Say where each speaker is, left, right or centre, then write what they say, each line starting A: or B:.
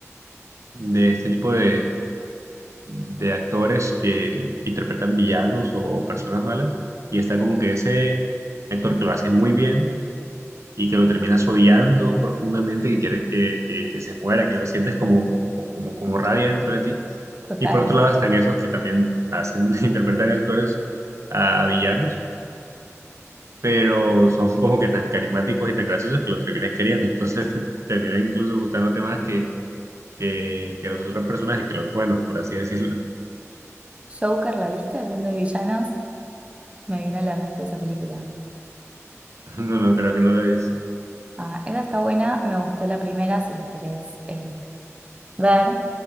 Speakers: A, on the right (about 65°); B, on the right (about 25°).
A: de este tipo de, de actores que, que interpretan villanos o, personas malas y está como que ese actor que lo hace muy bien y que lo terminas odiando profundamente, que quieres que, que- que se muera, que lo sientes como, como, como, como rabia dentro de ti.
B: Total.
A: Y por otro lado están esos que también hacen, <laughs> interpretan actores a, a villanos, pero son <laughs> como que tan carismáticos y tan graciosos que lo terminas queriendo. Entonces <laughs> te termina incluso gustándote más que, que, que los otros personajes, que los buenos, por así decirlo. <laughs>
B: Joker, ¿la viste? Hablando de villanos, me vino a la mente esa película.
A: No, no, creo que no lo he visto.
B: Ah, esa está buena, me gustó la primera, si la querés eh, ver.